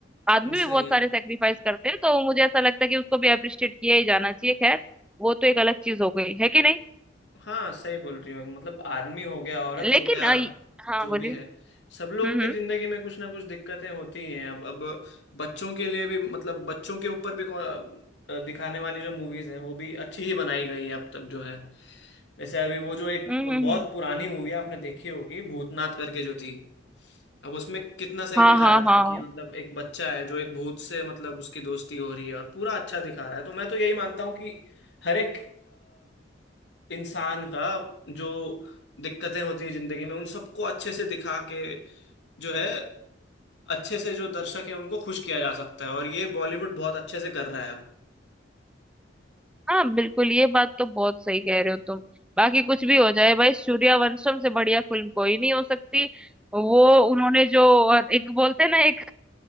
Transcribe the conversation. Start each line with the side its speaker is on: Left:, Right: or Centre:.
Centre: आदमी भी
Left: सही
Centre: बहुत
Left: है
Centre: सारे सेक्रीफाइस करते हैं तो मुझे ऐसा लगता है कि उसको भी अप्रिशिएट किया ही जाना चाहिए खैर वो तो एक अलग चीज हो गई है कि नहीं
Left: हाँ सही बोल रही हो मतलब आदमी हो गया औरत
Centre: लेकिन
Left: हो गया
Centre: अ, हाँ
Left: जो
Centre: बोलिए
Left: भी है सब लोग
Centre: हम्म
Left: के
Centre: हम्म
Left: जिंदगी में कुछ ना कुछ दिक्कतें होती ही हैं अब अब बच्चों के लिए भी मतलब बच्चों के ऊपर भी कौ- अ, दिखाने वाली जो मूवीज हैं वो भी अच्छी ही बनाई गई है अब तक जो है जैसे अभी वो जो एक
Centre: हम्म
Left: बहुत
Centre: हम्म हम्म।
Left: पुरानी मूवी है आपने देखी होगी भूतनाथ करके जो थी अब उसमें कितना सही
Centre: हाँ
Left: दिखाया
Centre: हाँ
Left: था
Centre: हाँ
Left: कि मतलब एक बच्चा है जो एक भूत से मतलब उसकी दोस्ती हो रही है और पूरा अच्छा दिखा रहा है तो मैं तो यही मानता हूँ कि हर एक इंसान का जो दिक्कतें होती है जिंदगी में उन सबको अच्छे से दिखा के जो है अच्छे से जो दर्शक है उनको खुश किया जा सकता है और ये बॉलीवुड बहुत अच्छे से कर रहा है अब
Centre: हाँ बिल्कुल ये बात तो बहुत सही कह रहे हो तुम बाकी कुछ भी हो जाए भाई सूर्यवंशम से बढ़िया फिल्म कोई नहीं हो सकती वो उन्होंने जो और एक बोलते हैं ना एक